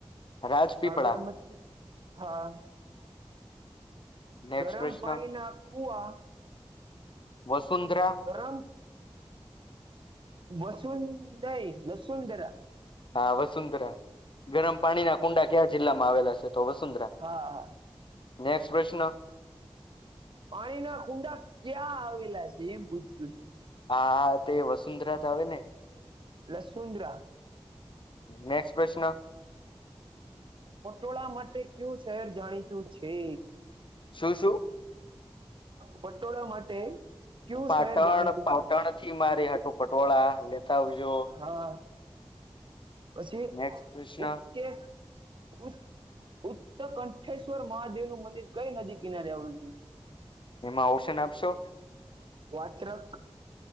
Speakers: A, on the left; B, on the right.
A: રાજપીપળા
B: સાગર મતી હા
A: નેક્સ્ટ
B: ગરમ
A: પ્રશ્ન
B: પાણી ના કુવા
A: વસુંધરા
B: ગરમ વસુંધઈ વસુંધરા.
A: હા વસુંંધરા ગરમ પાણી ના કુંડા ક્યા જિલ્લામાં આવેલા છે તો વસુંંધરા.
B: હા હા.
A: નેક્સ પ્રશ્ન.
B: પાણી ના કુંડા ક્યાં આવેલા છે એમ પૂછ્યું છે.
A: હા તો વસુંંધરા આવે ને.
B: લસુન્દ્રા.
A: નેક્સ્ટ પ્રશ્ન.
B: પટોળા માટે કયુ શહેર જાણીતું છે?
A: શું શું?
B: પટોળા માટે કુ
A: પાટણ
B: શહેર જાણીતું
A: પાટણ
B: છે?
A: થી મારે હટું પટોળા લનેતા આવજો
B: હા પછી
A: નેક્સ્ટ પ્રશ્ન
B: <unintelligible> ઉત્તર કંઠેશ્વર મહાદેવ નું મંદિર કઈ નદી કિનારે આવેલું છે?
A: એમાં ઓપ્શન આપશો?
B: વાત્રત્રક,